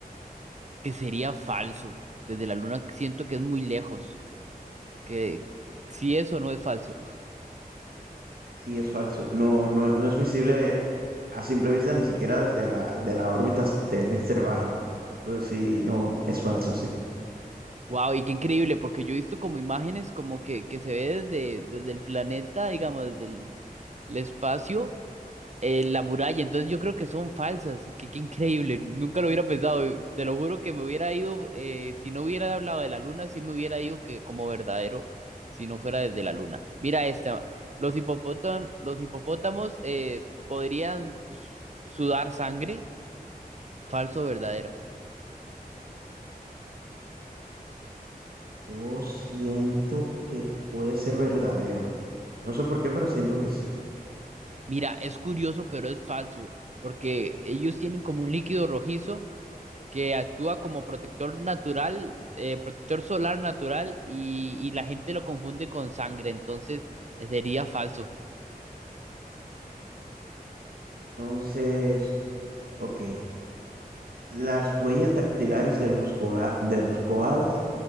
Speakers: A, on the right (about 45°); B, on the right (about 75°).
A: que sería falso, desde la luna siento que es muy lejos, que si eso no es falso.
B: Sí, es falso. No, no, no es visible a simple vista ni siquiera desde la, de la órbita terrestre baja. Entonces sí, no, es falso, sí.
A: Wow, y qué increíble, porque yo he visto como imágenes como que, que se ve desde, desde el planeta, digamos, desde el, el espacio, eh, la muralla, entonces yo creo que son falsas, y qué, qué increíble, nunca lo hubiera pensado, y te lo juro que me hubiera ido, eh, si no hubiera hablado de la luna, sí me hubiera ido que como verdadero, si no fuera desde la luna. Mira esta, los hipopótamos, los hipopótamos eh, podrían su- sudar sangre, falso o verdadero.
B: Yo siento que puede ser verdadero. No sé por qué, pero siento que sí.
A: Mira, es curioso, pero es falso, porque ellos tienen como un líquido rojizo que actúa como protector natural, eh, protector solar natural, y, y la gente lo confunde con sangre, entonces eh, sería falso.
B: Entonces, ok. Las huellas dactilares de los, koala- de los koalas